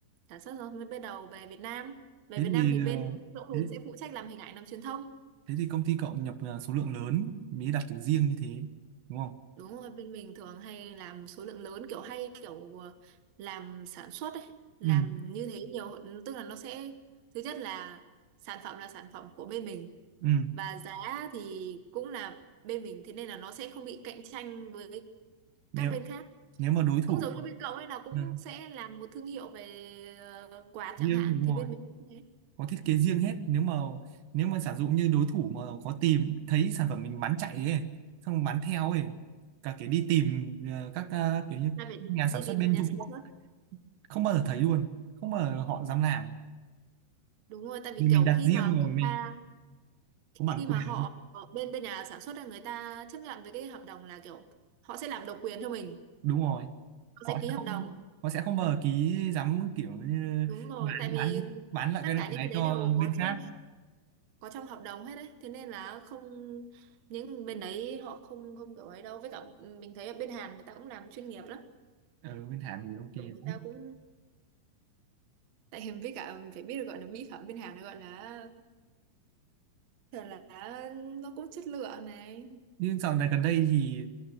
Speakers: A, on the right; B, on the right.
A: sản xuất rồi mới bắt đầu về Việt Nam về
B: thế
A: Việt Nam
B: thì
A: thì bên
B: ờ,
A: chỗ
B: thế,
A: mình sẽ phụ trách làm hình ảnh làm truyền thông
B: thế thì công ty cậu nhập là số lượng lớn mới đặt được riêng như thế đúng không
A: đúng rồi bên mình thường hay làm số lượng lớn kiểu hay kiểu ờ, làm sản xuất ấy làm
B: ừ
A: như thế nhiều tức là nó sẽ thứ nhất là sản phẩm là sản phẩm của bên mình
B: ừ
A: và giá thì cũng là bên mình thế nên là nó sẽ không bị cạnh tranh với
B: nếu
A: các bên khác
B: nếu mà đối thủ
A: cũng giống như bên cậu ấy là cũng
B: ừ,
A: sẽ làm một thương hiệu về ờ, quạt
B: riêng
A: chẳng hạn
B: thì đúng
A: thì bên
B: rồi
A: mình cũng thế
B: có thiết kế riêng hết nếu mà nếu mà giả dụ như đối thủ mà có tìm thấy sản phẩm mình bán chạy ấy xong bán theo ấy cả cái đi tìm ờ, các ờ, kiểu như
A: là phải
B: nhà
A: đi
B: sản xuất
A: tìm
B: bên
A: nhà
B: Trung
A: sản
B: Quốc
A: xuất
B: không bao giờ thấy luôn không bao giờ họ dám làm
A: Đúng rồi, tại vì
B: vì mình
A: kiểu
B: đặt
A: khi
B: riêng
A: mà
B: rồi
A: người
B: mình
A: ta
B: có bản
A: khi
B: quyền
A: mà họ họ- bên bên nhà sản xuất là người ta chấp nhận với cái hợp đồng là kiểu họ sẽ làm độc quyền cho mình,
B: đúng rồi
A: họ
B: họ
A: sẽ ký
B: sẽ
A: hợp
B: không
A: đồng.
B: họ sẽ không bờ ký dám kiểu như
A: Đúng rồi,
B: bán
A: tại vì
B: bán bán lại
A: tất
B: cái loại
A: cả
B: này
A: những cái đấy
B: cho
A: đều có
B: bên
A: trong
B: khác
A: có trong hợp đồng hết đấy, thế nên là không những bên đấy họ không không kiểu ấy đâu. Với cả ừ, mình thấy ở bên Hàn người ta cũng làm chuyên nghiệp lắm.
B: ở bên Hàn thì ok
A: Kiểu người
B: đấy
A: ta cũng tại hình với cả phải biết được gọi là mỹ phẩm bên Hàn nó gọi là thường là nó cũng chất lượng này.
B: nhưng dạo này gần đây thì